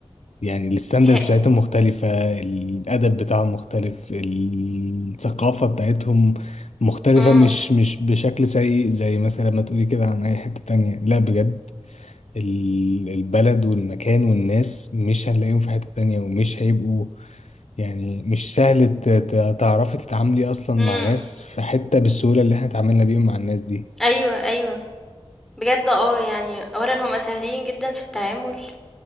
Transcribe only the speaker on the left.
يعني الستاندرز
بتاعتهم مختلفة الأدب بتاعهم مختلف الثقافة بتاعتهم مختلفة
مش مش بشكل سيء زي مثلا ما تقولي كده عن أي حتة تانية لا بجد ال- البلد والمكان والناس مش هنلاقيهم في حتة تانية ومش هيبقوا يعني مش سهل ت- ت- تعرفي تتعاملي أصلا
مع ناس في حتة بالسهولة اللي احنا اتعاملنا بيهم مع الناس دي